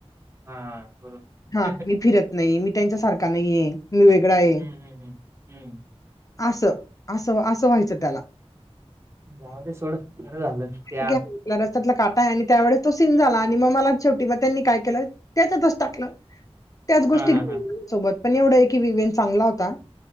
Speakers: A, on the right; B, on the left.
A: हा बरोबर
B: हा मी फिरत नाही मी त्यांच्या सारखा नाही हे. मी वेगळा आहे
A: हम्म हम्म हम्म हम्म
B: असं असं व्हायचं त्याला
A: जाऊ ते सोडं बरं झालं, ते
B: घ्या बरं. त्यातला काटला आणि त्यावेळी तो सीन झाला आणि मग मला शेवटी त्यांनी काय केलं त्याच्यातच टाकलं. त्याच गोष्टी
A: हा हा हा
B: सोबत पण एवढं आहे की विवेन चांगला होता.